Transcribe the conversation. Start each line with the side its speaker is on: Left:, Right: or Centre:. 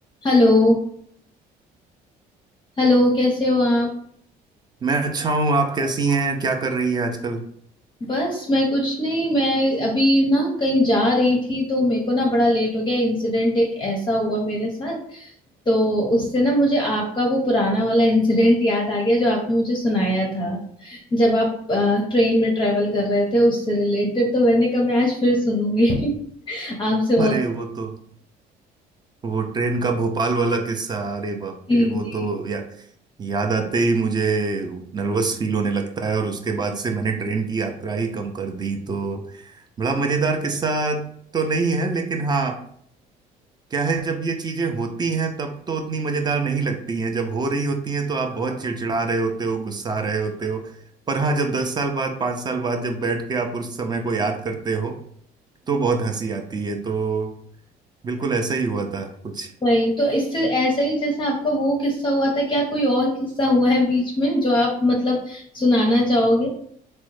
Left: Hello Hello कैसे हो आप
Right: मैं अच्छा हूँ आप कैसी हैं क्या कर रही है आजकल
Left: बस मैं कुछ नहीं मैं अभी ना कहीं जा रही थी तो मेरे को ना बड़ा लेट हो गया इंसिडेंट एक ऐसा हुआ मेरे साथ तो उससे ना मुझे आपका वो पुराना वाला <laughs> इंसिडेंट याद आ गया जो आपने मुझे सुनाया था जब आप ट्रेन में ट्रेवल कर रहे थे उससे रिलेटेड तो मैंने कहा मैं आज फिर सुनूंगी <laughs> आपसे वो
Right: अरे वो तो वो ट्रेन का भोपाल वाला किस्सा अरे बाप
Left: जी
Right: रे वो
Left: जी
Right: तो या, याद आते ही मुझे नर्वस फील होने लगता है और उसके बाद से मैंने ट्रेन की यात्रा ही कम कर दी तो बड़ा मजेदार किस्सा तो नहीं है लेकिन हाँ क्या है जब ये चीजें होती हैं तब तो उतनी मजेदार नहीं लगती हैं जब हो रही होती हैं तो आप बहुत चिड़चिड़ा रहे होते हो गुस्सा रहे होते हो पर हाँ जब दस साल बाद पांच साल बाद जब बैठ के आप उस समय को याद करते हो तो बहुत हंसी आती है तो बिल्कुल ऐसा ही हुआ था कुछ
Left: वही तो इससे ऐसा ही जैसे आपका वो किस्सा हुआ था क्या कोई और किस्सा हुआ है बीच में जो आप मतलब सुनाना चाहोगे